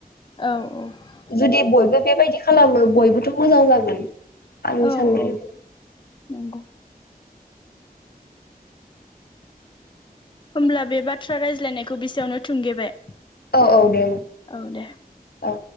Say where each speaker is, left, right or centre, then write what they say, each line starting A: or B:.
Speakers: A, on the left; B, on the left.
A: औ
B: जुदि बयबो बेबायदि खालामो बयबोथ' मोजां जागोन। आंनि
A: औ
B: साननाय
A: औ नंगौ होमब्ला बे बाथ्रा रायज्लायनायखौ बेसेयावनो थुंगेबाय।
B: औ औ दे
A: औ दे
B: औ